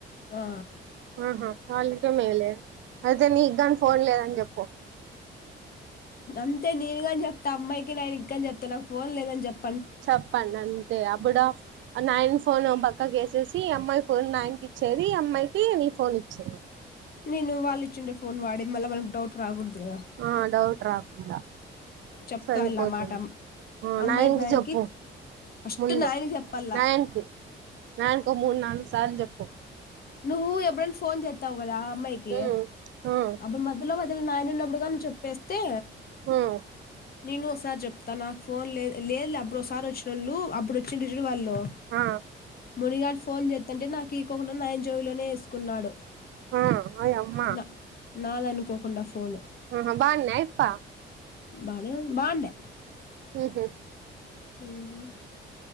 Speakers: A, on the left; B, on the right.
A: ఆ
B: ఆహా వాళ్ళకే మేలే అయితే నీ కాని ఫోన్ లేదని చెప్పు
A: అంతే నేనుగాని చెప్త అమ్మాయికి నాయనికి గాని చెప్తా నాకు ఫోన్ లేదని చెప్
B: చెప్పండి అంతే అప్పుడ నైన్ ఫోన్ ఓ పక్కకేసేసి అమ్మాయి ఫోన్ నైన్ కిచ్చేది అమ్మాయికి నీ ఫోన్ ఇచ్చేది
A: నేను వాళ్ళు ఇచ్చిండే ఫోన్ వాడి మళ్ళీ మన డౌట్ రాగుడదు కదా
B: ఆ డౌట్ రాకుండా
A: చెప్తా
B: సరిపోతుంది
A: అలా మాట అమ్మాయికి
B: నాయిన కి
A: ఆయనకి
B: చెప్పు
A: ఫస్ట్
B: ముందు
A: నాయనకి చెప్పాల
B: నాయన్ కి నయన్కు ఓ మూడు నాలుగు సార్లు చెప్పు
A: నువ్వు ఎ ఎప్పుడైన ఫోన్ చేస్తావు కదా అమ్మాయికి
B: ఉమ్ ఉమ్
A: అప్పుడు మధిలో మధిలో నాయను ఉన్నప్పుడు గాని చెప్పేస్ అంతే
B: ఉమ్
A: నేను ఒకసారి చెప్తా నాకు ఫోన్ లే లేదు లే అప్పుడు ఒకసారి వచ్చినోళ్ళు అప్పుడు వచ్చిన్రు చూడు వాళ్ళు
B: ఆ
A: మునిగాడు ఫోన్ చేస్తాంటే నాకు ఈకోకుండా నాయన్ లోనే వేసుకున్నాడు
B: ఆ ఓయమ్మ
A: నా నాదనుకోకుండా ఫోను
B: ఆహా బాన్నె ఆయప్ప
A: బానేవు బాండె
B: ఉహ్మ్
A: హ్మ్